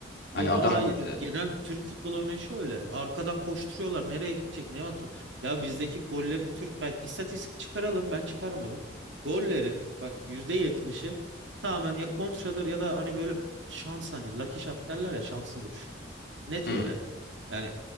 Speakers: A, on the right; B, on the left.
A: Yo
B: Hani adam
A: ama hayır. Evet,
B: e,
A: Genel Türk futbol örneği şöyle. Arkadan koşturuyorlar. Nereye gidecek? Ne olacak? Ya bizdeki gollerin Türk bak istatistik çıkaralım. Ben çıkarmadım. Gollerin bak yüzde yetmişi tamamen ya kontradır ya da hani böyle şans hani lucky shot derler ya şanslı vuruş. Net
B: hı,
A: öyle. Yani